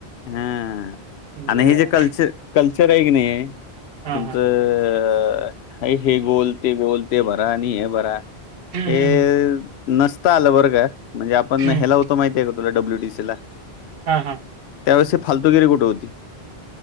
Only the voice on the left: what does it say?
हा
आणि हे जे कल्चर कल्चर आहे की नाही.
तुमचं
हे गोल ते गोल ते भरा आणि हे भरा.
हे
नसत आलं बरं का म्हणजे आपण
हेला होत. तो माहिती आहे तुला डब्लूटीसी ला
त्यावेळेस फालतूगिरी कुठे होती